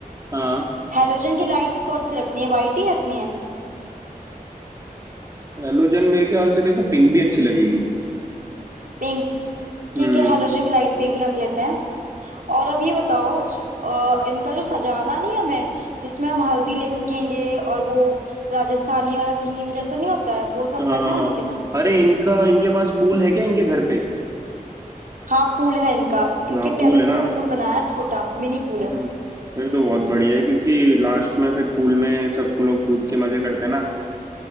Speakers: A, on the right (about 20°); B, on the right (about 65°).
A: हाँ
B: हेलोजन की लाइट्स कौन सी रखनी है वाइट ही रखनी है
A: हेलोजन मेरे ख्याल से देखो पिंक भी अच्छी लगेगी
B: पिंक ठीक
A: हम्म
B: है हेलोजन की लाइट पिंक रख लेते हैं और अब ये बताओ ज- अ, इनका जो सजाना नहीं हमें जिसमें हम हल्दी लिखेंगे और वो राजस्थानी वाला थीम जैसा नहीं होता है वो सब
A: हाँ
B: करना
A: हाँ हाँ
B: है इनके में
A: अरे इनका इनके पास पूल है क्या इनके घर पे
B: हाँ पूल है इनका इनके
A: ना
B: टेरेस
A: पूल है ना
B: पे पूल बनाया है, छोटा मिनी पूल है
A: हम्म फिर तो बहुत बढ़िया है क्योंकि लास्ट में फिर पूल में सबको लोग कूद के मजे करते हैं ना